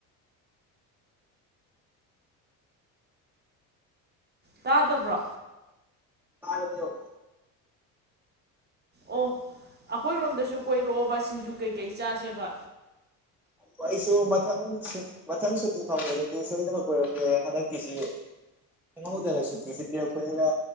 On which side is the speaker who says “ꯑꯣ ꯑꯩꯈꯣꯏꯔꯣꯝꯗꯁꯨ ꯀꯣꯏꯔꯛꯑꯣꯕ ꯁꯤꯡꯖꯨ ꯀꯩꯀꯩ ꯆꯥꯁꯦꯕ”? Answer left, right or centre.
Right